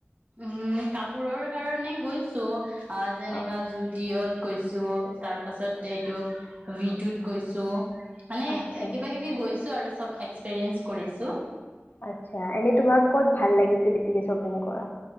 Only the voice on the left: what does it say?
অ
আচ্ছা
আচ্ছা এনে তোমাক ক'ত ভাল লাগিছিল বেছিকে শ্বপিং কৰা।